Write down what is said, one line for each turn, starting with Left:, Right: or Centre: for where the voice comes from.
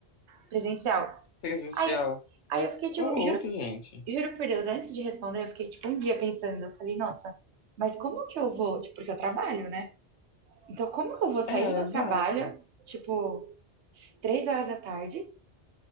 Right: presencial.
Left: Presencial.
Right: Aí, aí eu fiquei tipo,
Left: Ô, louco,
Right: juro,
Left: gente.
Right: juro por Deus, antes de responder, eu fiquei tipo um dia pensando, eu falei, nossa, mas como que eu vou? Tipo, porque eu trabalho, né? Então, como que eu vou sair
Left: É,
Right: do meu
Left: exato.
Right: trabalho, tipo, três horas da tarde,